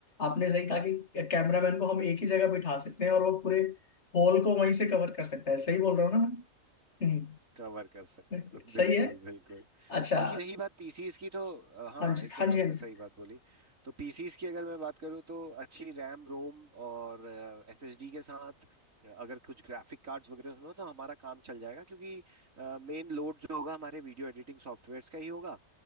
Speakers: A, on the left; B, on the right.
A: आपने सही कहा कि कैमरामैन को हम एक ही जगह बिठा सकते हैं और वो पूरे हॉल को वहीं से कवर कर सकता है सही बोल रहा हूँ ना मैं हम्म,
B: कवर कर सकता
A: हम्म।
B: है
A: सही
B: <laughs> बिल्कुल
A: है
B: बिल्कुल
A: अच्छा
B: बाकी रही बात पीसीस की तो अ, हाँ
A: हाँ जी
B: एकदम
A: हाँ
B: आपने
A: जी हाँ जी
B: सही बात बोली तो पीसीस की अगर मैं बात करूँ तो अच्छी रैम रोम और एसएसडी के साथ अ, अगर कुछ ग्राफिक कार्ड्स वगैरह उसमें हो तो हमारा काम चल जाएगा क्योंकि मेन लोड जो होगा हमारे वीडियो एडिटिंग सॉफ्टवेयर्स का ही होगा